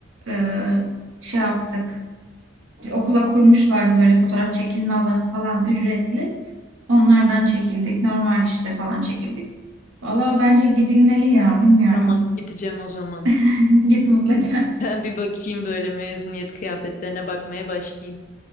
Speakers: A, on the right; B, on the left.
A: e, şey yaptık bir okula kurmuşlardı böyle fotoğraf çekilme alanı falan ücretli onlardan çekildik normal işte falan çekildik. Valla bence gidilmeli ya bilmiyorum
B: Tamam gideceğim o zaman.
A: <laughs>
B: <laughs>
A: git mutlaka.
B: Ben bir bakayım böyle mezuniyet kıyafetlerine bakmaya başlayayım.